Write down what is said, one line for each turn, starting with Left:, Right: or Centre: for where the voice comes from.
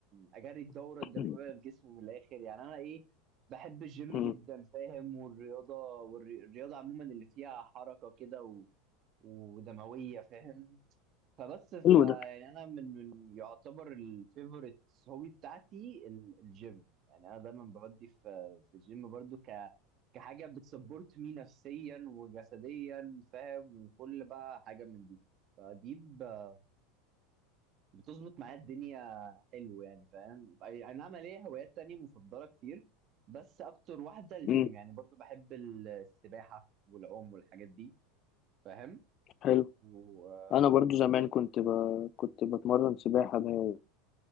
Right: اجري الدوره
Left: <clears throat>
Right: الدمويه في جسمي من الاخر يعني انا ايه بحب الجيم
Left: <coughs>
Right: جدا
Left: مم.
Right: فاهم والرياضه والرياضه عموما اللي فيها حركه كده و... ودمويه فاهم فبس ف
Left: حلو
Right: يعني
Left: ده
Right: انا من من يعتبر الفيفوريت هوبي بتاعتي ال- الجيم يعني انا دايما بودي في في الجيم برضو ك كحاجه بتسبورت مي نفسيا وجسديا فاهم وكل بقى حاجه من دي فدي ب- بتظبط معايا الدنيا حلو يعني فاهم اي أي نعم ليا هوايات تانية مفضله كتير بس اكتر واحده الجيم
Left: مم.
Right: يعني برضو بحب ال- السباحه والعوم والحاجات دي فاهم
Left: حلو
Right: و آه،
Left: انا برضو زمان كنت ب... كنت بتمرن سباحه دايما